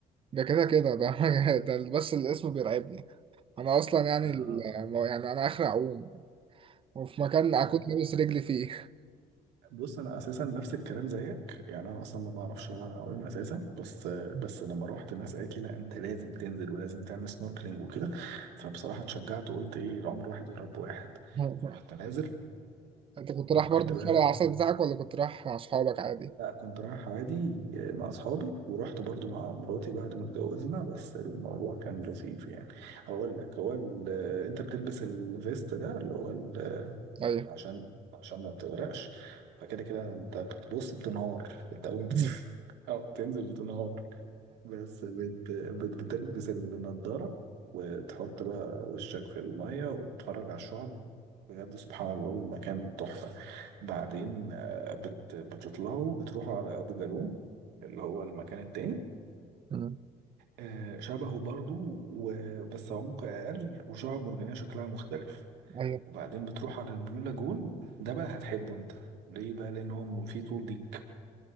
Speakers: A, on the right; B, on the right.
A: ده كده كده ده <laughs> ده بس الاسم بيرعبني أنا أصلا يعني
B: ما-
A: ال- يعني أنا آخر أعوم وفي مكان أكون
B: لا
A: لابس رجلي فيه
B: بص انا اساسا نفس الكلام زيك يعني انا اصلا ما بعرفش اعوم اساسا بس بس
A: مم.
B: لما روحت الناس قالت لي لا انت لازم تنزل ولازم تعمل سنوركلينج وكده فبصراحه اتشجعت وقلت ايه العمر واحد ويا رب واحد
A: <laughs>
B: فرحت نازل
A: أنت كنت رايح برضه
B: رحت بقى
A: في شارع العسل بتاعك ولا كنت رايح مع أصحابك عادي؟
B: لا كنت رايح عادي مع اصحابي ورحت برضو مع مراتي بعد ما اتجوزنا بس الموضوع كان لطيف يعني هقول لك هو ال- آه، انت بتلبس الفيست ده اللي هو ال- آه،
A: أيوة
B: عشان عشان ما تغرقش فكده كده انت بتبص بتنهار انت اول ما بت-
A: <laughs> مم.
B: <laughs> او بتنزل بتنهار بس بت... بت... بتلبس النضارة وتحط بقى وشك في المية وتتفرج على الشعب بجد سبحان الله المكان تحفة بعدين آه، بت... بتطلعوا بتروحوا على أبو جالوم اللي هو المكان التاني
A: مم.
B: آه، شبهه برضو و... بس عمق أقل وشعب مرجانية شكلها مختلف
A: أيوة
B: وبعدين بتروح على البلو لاجون ده بقى هتحبه انت ليه بقى لأن هو فيه طول ليك